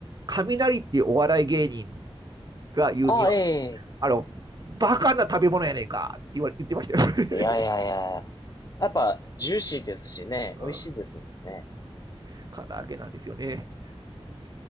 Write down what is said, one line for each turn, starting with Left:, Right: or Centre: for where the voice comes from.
Right: 雷っていうお笑い芸人が言うには、
Left: あ、え
Right: あの、バカな食べ物やねんかって言われ、言ってましたよ。<laughs>
Left: え。いやいやいや。やっぱ、ジューシーですしね、
Right: うん
Left: 美味しいですもんね。
Right: うん唐揚げなんですよね。うん